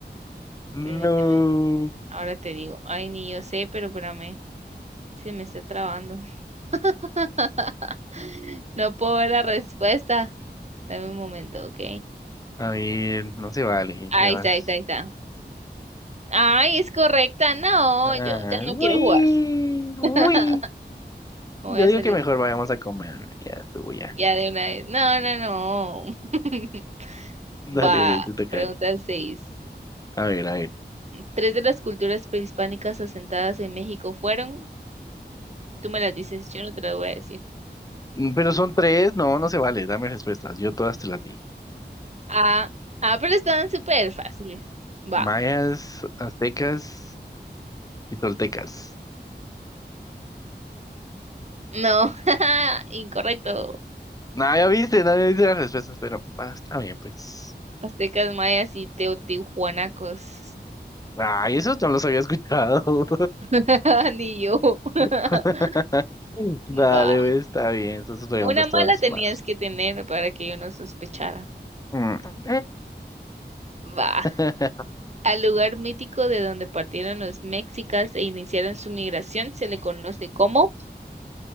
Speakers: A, on the left; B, on the right.
A: No.
B: Permíteme. Ahora te digo. Ay, ni yo sé, pero espérame. Se me está trabando. <laughs> No puedo ver la respuesta. Dame un momento, ¿ok?
A: A ver, no se vale,
B: Ahí
A: ya vas.
B: está, ahí está, ahí está. Ay, es correcta. No,
A: Ah,
B: yo ya no quiero
A: uy,
B: jugar.
A: uy.
B: <laughs> No
A: Yo
B: voy a
A: digo
B: salir
A: que mejor vayamos a comer. Ya estuvo, ya.
B: ya de una vez. No, no, no. <laughs>
A: Dale,
B: Va,
A: güey, te toca.
B: pregunta 6.
A: A ver, a ver.
B: tres de las culturas prehispánicas asentadas en México fueron. Tú me las dices, yo no te las voy a decir.
A: Mm, Pero son tres, no, no se vale. Dame respuestas. Yo todas te las di.
B: Ah, ah, pero estaban súper fáciles. Va.
A: Mayas, aztecas y toltecas.
B: No, <laughs> incorrecto.
A: No, ya viste, nadie dice las respuestas, pero ah, está bien, pues.
B: Aztecas, mayas y teotihuanacos.
A: Ay, eso no los había escuchado.
B: <laughs> Ni yo. <laughs>
A: <laughs> Dale,
B: Va.
A: güey, está bien. Esas preguntas
B: Una
A: están
B: mala tenías
A: más.
B: que tener para que yo no sospechara.
A: Mm.
B: Va.
A: <laughs>
B: Al lugar mítico de donde partieron los mexicas e iniciaron su migración se le conoce como